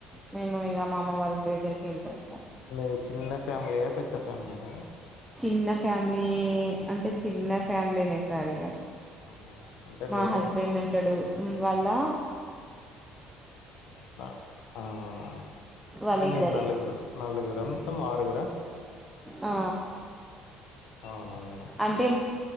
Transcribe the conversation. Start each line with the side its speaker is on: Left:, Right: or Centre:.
Centre: మేము ఇగ మా అమ్మ వాళ్ళ దగ్గరకి ఎళ్తం సార్
Left: నే చిన్న ఫ్యామిలీయా పెద్ద ఫ్యామిలీయా మేడం
Centre: చిన్న ఫ్యామిలీ అంటే చిన్న ఫ్యామిలీనే సార్ ఇగ
Left: ఆహా అంటే
Centre: మా
Left: మీలో
Centre: హస్బెండ్ ఉంటడు వాళ్ళా
Left: న ఆ అవునా
Centre: వాళ్ళిద్దరే
Left: అంటే మీరు నలుగురు నలుగుర మొత్తం ఆరుగుర
Centre: ఆ
Left: అవునా మేడం.
Centre: అంటే